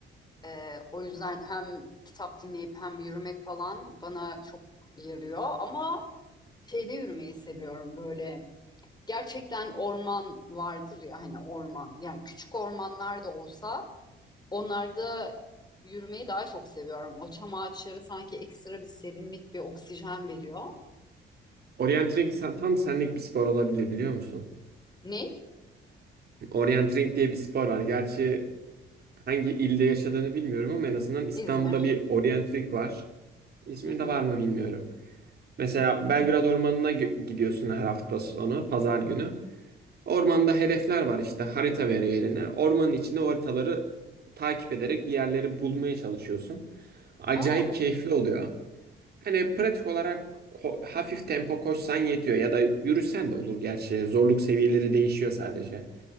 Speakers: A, on the left; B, on the right.
A: Ee, o yüzden hem kitap dinleyip hem yürümek falan bana çok yarıyor ama şeyde yürümeyi seviyorum böyle. Gerçekten orman vardır ya hani orman. Yani küçük ormanlar da olsa onlarda yürümeyi daha çok seviyorum. O çam ağaçları sanki ekstra bir serinlik, bir oksijen veriyor.
B: Orienteering sen- tam senlik bir spor olabilir biliyor musun?
A: Ne?
B: Orienteering diye bir spor var. Gerçi hangi ilde yaşadığını bilmiyorum ama en azından İstanbul'da
A: İzmir.
B: bir orienteering var. İzmir'de
A: Hı hı.
B: var mı bilmiyorum. Mesela Belgrad Ormanı'na gö- gidiyorsun her hafta sonu, pazar günü. Ormanda hedefler var işte harita veriyor eline. Ormanın içinde o haritaları takip ederek bir yerleri bulmaya çalışıyorsun. Acayip
A: Aa,
B: keyifli oluyor. Hani pratik olarak ko- hafif tempo koşsan yetiyor ya da yürüsen de olur gerçi. Zorluk seviyeleri değişiyor sadece.